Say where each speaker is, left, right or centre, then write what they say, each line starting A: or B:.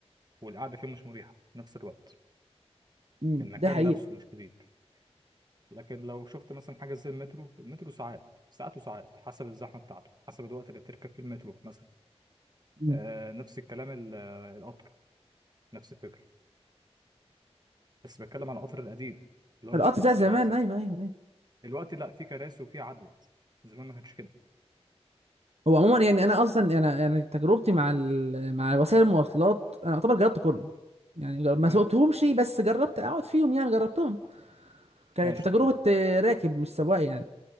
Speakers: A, on the right (about 40°); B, on the right (about 70°).
A: والقعده فيه مش مريحه في نفس الوقت
B: أمم.
A: المكان
B: ده حقيقي
A: نفسه مش كبير لكن لو شفت مثلا حاجه زي المترو المترو ساعات ساعات وساعات حسب الزحمه بتاعته حسب الوقت اللي بتركب فيه المترو مثلا
B: أمم.
A: آه نفس الكلام ال- آه، القطر نفس الفكره بس بتكلم على القطر القديم اللي هو
B: القطر
A: مش بتاع
B: بتاع زمان
A: دلوقتي
B: ايوه ايوه ايوه
A: دلوقتي لا في كراسي وفي عدد زمان ما كانش كده
B: هو عموما يعني انا اصلا انا انا تجربتي مع ال... مع وسائل المواصلات انا اعتبر جربت كله يعني جر- ما
A: تمام
B: سوقتهمش بس جربت اقعد فيهم يعني جربتهم ك...
A: ماشي
B: كتجربه
A: تمام
B: آه، راكب مش سواق يعني